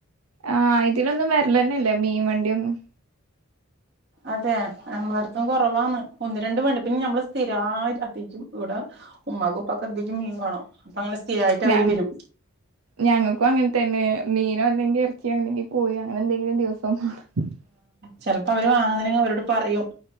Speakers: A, on the right (about 80°); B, on the right (about 50°).
A: ആ ഇതിലൊന്നും വെര്ലെന്നെല്ലേ മീൻ വണ്ടിയൊന്നും-
B: അതെ നമ്മളടത്തും കൊറവാന്ന് ഒന്ന് രണ്ട് മണി പിന്നെ ഞമ്മള് സ്ഥിരായിട്ട് യെത്തിക്കും ഇവിട ഉമ്മാക്കും ഉപ്പാക്കും എന്തേലും മീൻ വേണം അപ്പ അങ്ങനെ സ് സ്ഥിരായിട്ട് അവര്
A: ഞ
B: വരും
A: ഞങ്ങൾക്കും അങ്ങനെ തന്നെ മീനോ അല്ലെങ്കി എറച്ചി അല്ലങ്കി കോഴി അങ്ങനെന്തെങ്കിലും ദിവസം <unintelligible>
B: ചെലപ്പോ അവര് വാങ്ങുന്നില്ലെങ്കി അവരോട് പറയും